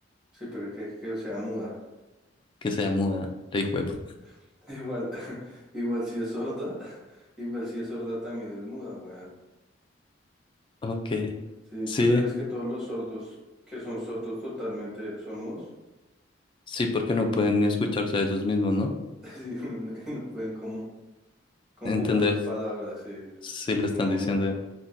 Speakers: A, in the centre; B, on the left.
A: Sí, pero que, que sea muda.
B: que sea muda, la
A: Sí.
B: hijuepu.
A: <laughs> Igual, <laughs> igual si es sorda, <laughs> igual si es sorda también es muda, weón.
B: Ok.
A: Sí,
B: Sí,
A: tú sabes que todos los sordos que son sordos totalmente son mudos.
B: sí, porque no pueden ni escucharse a ellos mismos, ¿no?
A: <laughs> Sí, uno no, y no pueden como conjugar
B: ¿Entendés?
A: las palabras, sí.
B: Si
A: Sí, es
B: lo
A: como
B: están diciendo
A: muy loco.